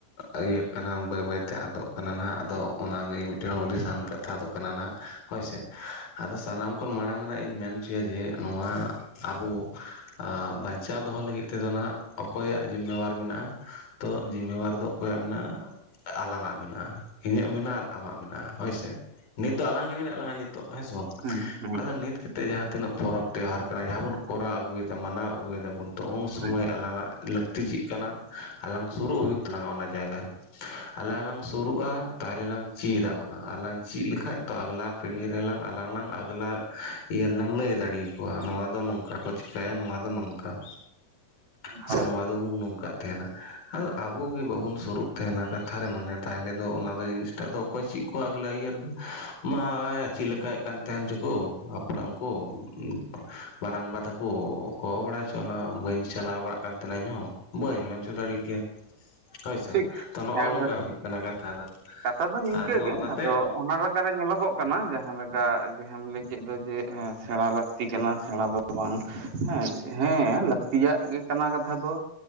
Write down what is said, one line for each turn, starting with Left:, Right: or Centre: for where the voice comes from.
Left: ᱟᱜ ᱟ <unintelligible> ᱠᱟᱱᱟ, ᱵᱟᱹᱭ ᱵᱟᱹᱭᱛᱮ ᱟᱫᱚᱜ ᱠᱟᱱᱟ ᱱᱟᱦᱟᱜ ᱟᱫᱚ ᱚᱱᱟᱜᱮ ᱢᱤᱫᱴᱮᱱ ᱦᱩᱫᱤᱥᱟᱱ ᱠᱟᱛᱷᱟ ᱫᱚ ᱠᱟᱱᱟ ᱱᱟᱜ ᱦᱳᱭᱥᱮ, ᱟᱫᱚ ᱥᱟᱱᱟᱢ ᱠᱷᱚᱱ ᱢᱟᱲᱟᱝ ᱨᱮ ᱤᱧ ᱢᱮᱱ ᱦᱚᱪᱚᱭᱟ ᱡᱮ, ᱱᱚᱣᱟ ᱟᱵᱚ ᱵᱟᱧᱪᱟᱣ ᱫᱚᱦᱚ ᱞᱟᱹᱜᱤᱫ ᱛᱮᱫᱚ ᱱᱟᱦᱟᱜ, ᱚᱠᱚᱭᱟᱜ ᱡᱤᱢᱢ ᱵᱟᱨ ᱢᱮᱱᱟᱜᱼᱟ ᱾ᱛᱚ ᱡᱤᱢᱢ ᱵᱟᱨ ᱫᱚ ᱚᱠᱚᱭᱟᱜ ᱢᱮᱱᱟᱜᱼᱟ᱾ ᱟᱞᱟᱝ ᱟᱜ ᱢᱮᱱᱟᱜᱼᱟ, ᱤᱧᱟᱹᱜ ᱢᱮᱱᱟᱜᱼᱟ ᱟᱢᱟᱜ ᱢᱮᱱᱟᱜᱼᱟ, ᱦᱳᱭᱥᱮ ᱱᱤᱛ ᱫᱚ ᱟᱞᱟᱝ ᱜᱮ ᱢᱮᱱᱟᱜ ᱞᱟᱝᱟ ᱱᱤᱛ ᱛ ᱦᱮᱸ ᱥᱮ ᱵᱟᱝ,
Right: ᱦᱮᱸ ᱦᱮᱸ
Left: ᱟᱫᱚ ᱱᱤᱛ ᱠᱟᱛᱮᱫ ᱡᱟᱦᱟᱸ ᱛᱤᱱᱟᱹᱜ ᱯᱚᱨᱚᱵᱽ ᱛᱮᱣᱦᱟᱨ ᱠᱟᱱᱟ ᱡᱟᱦᱟᱸ ᱵᱚᱱ ᱠᱚᱨᱟᱣ ᱟᱹᱜᱩᱭᱮᱫᱟ ᱢᱟᱱᱟᱣ ᱟᱹᱜᱩᱭᱮᱫᱟᱵᱚᱱ ᱛᱚ ᱩᱱ ᱥᱩᱢᱟᱹᱭ
Right: ᱦᱮᱸ
Left: ᱟᱞᱟᱝᱟᱜ ᱞᱟᱹᱠᱛᱤ ᱪᱮᱫ ᱠᱟᱱᱟ ᱟᱞᱟᱝ ᱥᱩᱨᱩᱜ ᱦᱩᱭᱩᱜ ᱛᱟᱞᱟᱝᱟ ᱚᱱᱟ ᱡᱟᱭᱜᱟ ᱨᱮ, ᱟᱞᱟᱝ ᱞᱟᱝ ᱥᱩᱨᱩᱜᱼᱟ, ᱛᱟᱦᱚᱞᱮ ᱞᱟᱝ ᱪᱤᱫᱟ ᱚᱱᱟ ᱟᱨ ᱞᱟᱝ ᱪᱤᱫ ᱞᱮᱠᱷᱟᱡ ᱛᱚ ᱟᱜᱞᱟ ᱯᱤᱲᱦᱤ ᱨᱮᱞᱟᱝ ᱟᱞᱟᱝ ᱞᱟᱝ ᱟᱜᱞᱟ ᱤᱭᱟᱹ ᱨᱮᱞᱟᱝ ᱞᱟᱹᱭ ᱠᱳᱣᱟ ᱱᱚᱣᱟ ᱫᱚ ᱱᱚᱝᱠᱟ ᱠᱚ ᱪᱤᱠᱟᱹᱭᱟ, ᱱᱚᱣᱟ ᱫᱚ ᱱᱚᱝᱠᱟ ᱥᱮ
Right: ᱦᱳᱭ
Left: ᱱᱚᱣᱟ ᱫᱚᱵᱚᱱ ᱱᱚᱝᱠᱟᱜ ᱛᱟᱦᱮᱱᱟ ᱟᱫᱚ ᱟᱵᱚ ᱜᱮ ᱵᱟᱵᱚᱱ ᱥᱩᱨᱩᱜ ᱛᱟᱦᱮᱱᱟ ᱠᱟᱛᱷᱟ ᱨᱮ ᱢᱟᱱᱮᱫ ᱛᱟᱦᱚᱞᱮᱫᱚ ᱚᱱᱟᱫᱚ ᱡᱤᱱᱤᱥᱴᱟᱜ ᱫᱚ ᱚᱠᱚᱭ ᱪᱮᱫ ᱠᱚ ᱟᱹᱜᱽᱞᱟ ᱤᱭᱟᱹ ᱨᱮᱫᱚ, ᱢᱟᱭᱟ ᱪᱮᱫ ᱞᱮᱠᱟᱱ ᱠᱟᱱ ᱛᱟᱦᱮᱸᱱ ᱡᱠᱚ ᱟᱯᱲᱟᱢ ᱠᱚ᱾ ᱢᱟᱨᱟᱝᱵᱟ ᱛᱟᱠᱚ, ᱚᱠᱚ ᱵᱟᱲᱟᱭ ᱦᱚᱪᱚ ᱚᱱᱟ ᱵᱟᱹᱧ ᱪᱟᱞᱟᱣ ᱵᱟᱲᱟᱜ ᱠᱟᱱ ᱛᱟᱦᱮᱱᱟ ᱤᱧᱦᱚ, ᱵᱟᱹᱧ ᱢᱮᱱ ᱪ ᱫᱟᱲᱮ ᱠᱮᱭᱟ ᱦᱳᱭᱥᱮ
Right: ᱴᱷᱤᱠ
Left: ᱛᱚ ᱱᱚᱜᱼᱚ
Right: ᱮᱠᱵᱟᱨᱮ
Left: ᱱᱚᱝᱠᱟ ᱦᱩᱭᱩᱜ ᱠᱟᱱᱟ ᱠᱟᱛᱷᱟ ᱫᱚ᱾
Right: ᱠᱟᱛᱷᱟ ᱫᱚ ᱱᱤᱝᱠᱟᱹ
Left: ᱟᱫᱚ
Right: ᱜᱮ,
Left: ᱚᱱᱟᱛᱮ
Right: ᱟᱫᱚ ᱚᱱᱟ ᱞᱮᱠᱟᱨᱮ ᱧᱮᱞᱚᱜᱚᱜ ᱠᱟᱱᱟ ᱡᱟᱦᱟᱸ ᱞᱮᱠᱟ ᱮᱢᱞ ᱠᱮᱫ ᱫᱚ ᱡᱮ ᱥᱮᱬᱟ ᱞᱟᱹᱠᱛᱤ ᱠᱟᱱᱟ ᱥᱮᱬᱟ ᱫᱚ ᱵᱟᱝ, ᱦᱮᱸ ᱦᱮᱸ ᱞᱟᱹᱠᱛᱤᱭᱟᱜ ᱜᱮ ᱠᱟᱱᱟ ᱠᱟᱛᱷᱟ ᱫᱚ,